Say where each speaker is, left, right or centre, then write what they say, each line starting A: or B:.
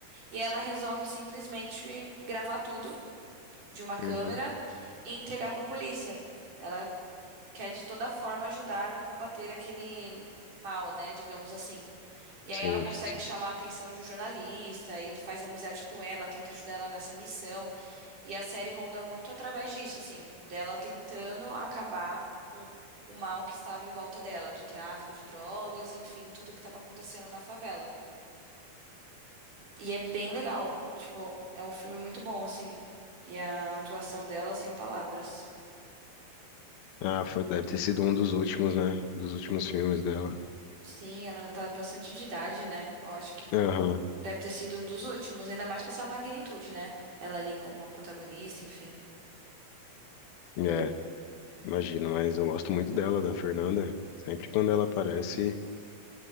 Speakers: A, on the right; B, on the left.
A: E ela resolve simplesmente gravar tudo de uma câmera
B: Uhum.
A: e entregar pra polícia. Ela quer de toda forma ajudar a combater aquele mal, né, digamos assim. E aí
B: Sim,
A: ela consegue
B: sim.
A: chamar a atenção de um jornalista, e ele faz amizade com ela, tenta ajudar ela nessa missão, e a série ronda muito através disso, assim, dela tentando acabar com o mal que estava em volta dela, do tráfico de drogas, enfim, tudo que estava acontecendo na favela. E é bem legal, tipo, é um filme muito bom, assim, e a atuação dela sem palavras.
B: Ah, foi, deve ter sido um dos últimos, né? Um Dos últimos filmes dela.
A: Sim, ela já tá bastante de idade, né? Eu acho
B: Aham.
A: Deve ter sido um dos últimos, ainda mais com essa magnitude, né? Ela ali como uma protagonista, enfim.
B: É, imagino, mas eu gosto muito dela, da Fernanda. Sempre quando ela aparece,